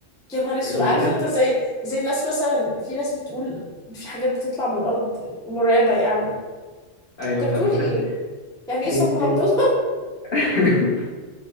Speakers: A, in the centre; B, on the left.
A: يا نهار اسود
B: لا
A: عارف انت
B: لا
A: زي زي الناس مثلا في ناس بتقول في حاجات بتطلع من الارض مرعبه يعني
B: ايوه
A: انت بتقول
B: فاهمك
A: ايه
B: طب
A: يعني
B: بن...
A: ايه صابونه
B: ب...
A: من الارض
B: <laughs>